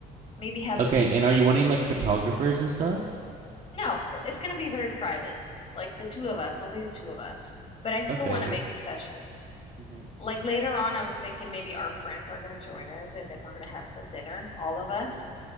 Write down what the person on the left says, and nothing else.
Maybe have
a picnic.
No, it- it's gonna be very private. Like the two of us, only the two of us. But I still
want to make it special.
Like later on, I was thinking maybe our friends are gonna join us and then we're gonna have some dinner, all of us.